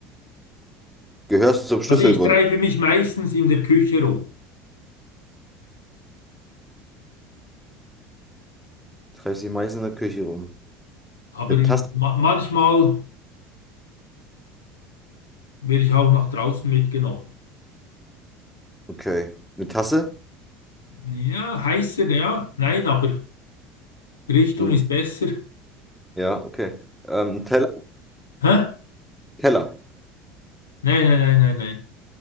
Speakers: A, in the centre; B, on the left.
A: Gehörst du zum Schlüsselbund?
B: also ich treibe mich meistens in der Küche rum,
A: Treibst dich meistens in der Küche rum.
B: aber
A: Eine
B: ich,
A: Tasse?
B: ma manchmal. Werde ich auch nach draußen mitgenommen.
A: Okay. Eine Tasse?
B: Ja, heißer, ja. Nein, aber die Richtung
A: Ein-
B: ist besser.
A: Ja, okay. Ähm, ein Teller?
B: Hä?
A: Teller.
B: Nein, nein, nein, nein, nein.